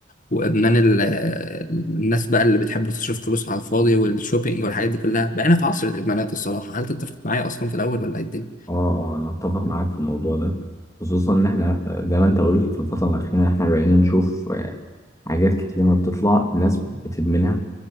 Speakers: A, on the left; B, on the left.
A: وادمان ال- آه، الناس بقى اللي بتحب تصرف فلوس على الفاضي والشوبينج والحاجات دي كلها بقينا في عصر الادمانات الصراحه هل تتفق معايا اصلا في الاول ولا ايه الدنيا؟
B: اه اه انا اتفق معاك في الموضوع ده خصوصا ان احنا آه، زي ما انت قلت في الفتره الاخيره احنا بقينا نشوف آه، حاجات كتير ما بتطلع ناس بتدمنها